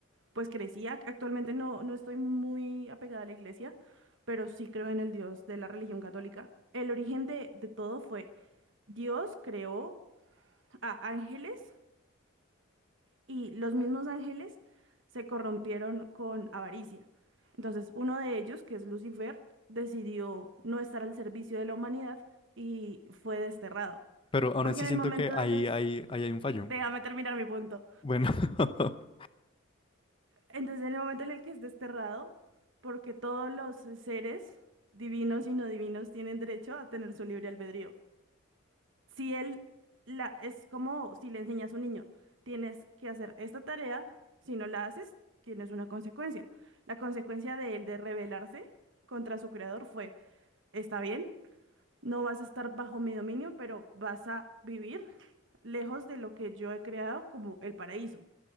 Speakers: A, on the right; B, on the left.
A: pues crecía, ac- actualmente no, no estoy muy apegada a la iglesia, pero sí creo en el Dios de la religión católica. El origen de, de todo fue Dios creó a ángeles y los mismos ángeles se corrompieron con avaricia. Entonces, uno de ellos, que es Lucifer, decidió no estar al servicio de la humanidad y fue desterrado.
B: Pero aún
A: Porque
B: así
A: en
B: siento
A: el momento
B: que ahí,
A: de los...
B: ahí ahí hay un fallo.
A: Déjame terminar mi punto.
B: Bueno, <laughs>
A: Entonces, en el momento en el que es desterrado, porque todos los seres, divinos y no divinos, tienen derecho a tener su libre albedrío. Si él la, es como si le enseñas a un niño, tienes que hacer esta tarea, si no la haces, tienes una consecuencia. La consecuencia de él de rebelarse contra su creador fue, está bien, no vas a estar bajo mi dominio, pero vas a vivir lejos de lo que yo he creado como el paraíso.